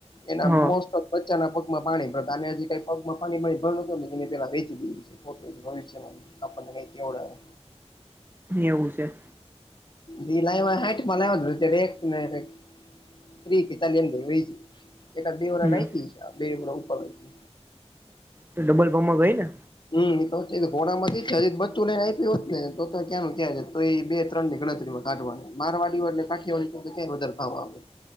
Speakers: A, on the left (about 45°); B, on the right (about 15°).
A: એના
B: હા
A: મોસ્ટ ઓફ બચ્ચાના પગમાં પાણી ભણતા અને હજુ કઈ પગમાં પાણી મળ ભણુંને એ પેલા વેચી દીધી છે. પોતે જ ભવિષ્યવાની આપણ ને કઈ કેવડાવે.
B: એવું છે.
A: દી લાઇવા હાઈટ માને ત્યારે એક <unintelligible> ત્રી કે ચાલી એમ વહિ ગઈ એકાદ બે વરસ
B: હમ
A: રાયખી બે વરસ ઉપર વહી ગય.
B: તો ડબલ ભાવ માં ગઈ ને
A: હમમ તો જે ઘોડા માંથી જ હજી બચ્ચુ ને રાયખી હોત ને તો ક્યાનું ક્યા તો એ બે ત્રણ ની ગણતરી હોત કાઢવાની મારવાડી હોય એટલે કાઠિયાવાડી ક્યાય વધારે ભાવ આવે.